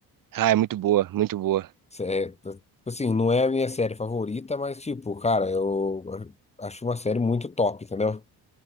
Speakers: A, on the right; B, on the left.
A: Ah, é muito boa, muito boa.
B: Cê- É, tá, tipo assim, não é a minha série favorita, mas tipo, cara, eu acho uma série muito top, entendeu?